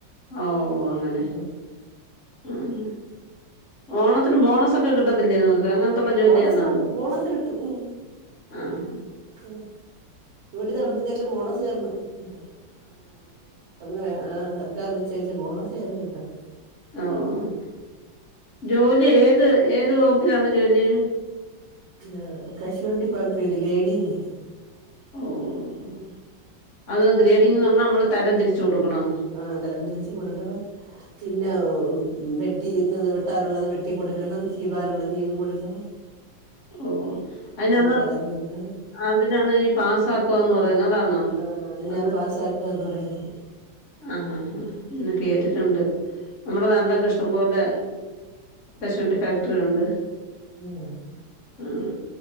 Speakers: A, on the left; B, on the right.
A: ഔ അങ്ങനെ
B: ആഹ്
A: ഉം ഓണത്തിന് ബോണസൊക്കെ കിട്ടത്തില്ലേ നിങ്ങക്ക് അങ്ങനത്തുള്ള
B: നങ്ങക്
A: ജോലിയാന്നോ?
B: ബോണസ് കാണും ബോണസ് കിട്ടും ഉം
A: ആഹ്
B: ആ ജോലി
A: ഉം
B: നടന്നില്ലേലും ബോണസ് കരണം ങ്ങക്ക് അങ്ങനെ ആഹ് സർക്കാർനിച്ചയിച്ച ബോണസ് ഞങ്ങക് കിട്ടണം
A: ആഹ് ജോലി ഏത് ഏത് വകുപ്പിലാണ് ജോലി
B: ആഹ് കശുവണ്ടി ഫാക്ടരില്ലെ ഗ്രൈഡിങ്ങ്
A: ഓഹ് അത് ഗ്രേഡിങ്ന്ന് പറഞ്ഞാ നമ്മള് തരം തിരിച്ചു കൊടുക്കണോ
B: ആഹ് തരംതിരിച്ചു കൊടുക്കണം പിന്നെ പെട്ടി ഇന്ന് വെട്ടാനുള്ളത് വെട്ടി കൊടുക്കണം ചിവാനുള്ളത് ചീവികൊടുക്കണം
A: ഓ അതിനന്ന്
B: കളഞ്ഞു കൊടുക്കണം
A: അതിനന്ന് ഈ പാസ്സാക്കോവാന്ന് പറയുന്നത് അതാണോ
B: ആഹ് അതിനാ
A: അത്
B: പാസ്സാക്കുകന്ന് പറയുന്നത്
A: ആഹ് ഹാഹാ എന്ന് കേട്ടിട്ടുണ്ട്
B: ഉം
A: നമ്മുടെ നാട്ടിലൊക്കെ ഇഷ്ടം പോലെ കശുവണ്ടി ഫാക്ടറി ഉണ്ട്
B: ഉം
A: ഉം